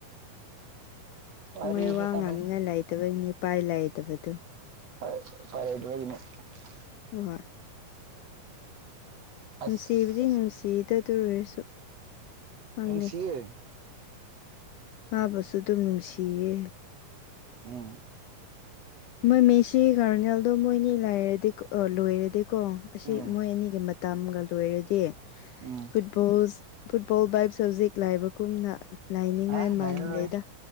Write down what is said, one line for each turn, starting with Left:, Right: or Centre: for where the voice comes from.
Right: ꯋꯥꯔꯤꯁꯦ
Left: ꯃꯣꯏ ꯋꯥ
Right: ꯈꯪꯗꯦ
Left: ꯉꯥꯡꯅꯤꯡꯉꯥꯏ ꯂꯩꯥꯏꯇꯕꯩꯅꯤꯄꯥꯏ ꯂꯥꯛꯏꯇꯕꯗꯨꯣ
Right: <unintelligible>
Left: ꯍꯣꯏ ꯍꯣꯏ ꯅꯨꯡꯁꯤꯕꯗꯤ
Right: ꯑꯁ
Left: ꯅꯨꯡꯁꯤꯗꯗ ꯑꯣꯏꯔꯁꯨ ꯈꯪꯅꯤꯦ
Right: ꯅꯨꯡꯁꯤꯌꯦ
Left: ꯉꯥꯕꯁꯨ ꯑꯗꯨꯝ ꯅꯨꯡꯁꯤꯌꯦ
Right: ꯎꯝ
Left: ꯃꯣꯏ ꯃꯦꯁꯤ ꯀꯥꯔꯅꯦꯜꯗꯣ ꯃꯣꯏ ꯑꯅꯤ ꯂꯥꯏꯔꯗꯤ ꯂꯣꯏꯔꯗꯤ ꯀꯣ ꯑꯁꯤ
Right: ꯎꯝ
Left: ꯃꯣꯏ ꯑꯅꯤꯒꯤ ꯇꯝꯒ ꯂꯣꯏꯔꯗꯤ
Right: ꯎꯝ
Left: ꯐꯨꯠꯕꯣꯜꯁ ꯐꯨꯠꯕꯣꯜ ꯕꯥꯏꯞ ꯁꯕꯖꯦꯛ ꯂꯥꯏꯕꯒꯨꯝꯅ ꯂꯥꯏꯅꯤꯡꯉꯥꯏ
Right: ꯑ
Left: ꯃꯥꯟꯗꯦꯗ
Right: ꯂꯩꯔꯔꯣꯏ